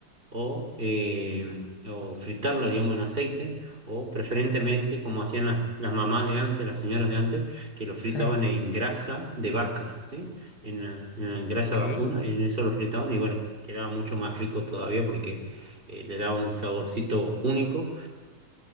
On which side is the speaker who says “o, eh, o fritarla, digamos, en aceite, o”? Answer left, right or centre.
Right